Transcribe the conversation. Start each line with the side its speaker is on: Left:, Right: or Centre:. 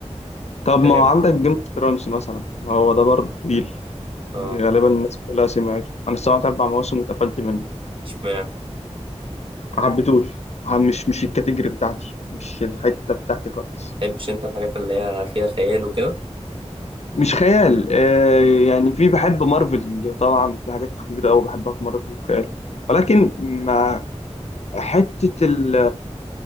Left: طب ما
Right: فاهم
Left: هو عندك جيم اوف ثرونز مثلا ما هو ده برضه طويل
Right: اه
Left: يعني غالبا الناس كلها سمعته انا سمعت اربع مواسم واتقفلت منه
Right: اشمعنى
Left: ما حبيتوش ح- مش مش الكاتيجوري بتاعتي مش الحتة بتاعتي خالص
Right: متحبش انت الحاجات اللي هي فيها خيال وكده
Left: مش خيال آه يعني في بحب مارفل طبعا في حاجات كتير قوي بحبها في مارفل وخيال ولكن ما حتة ال-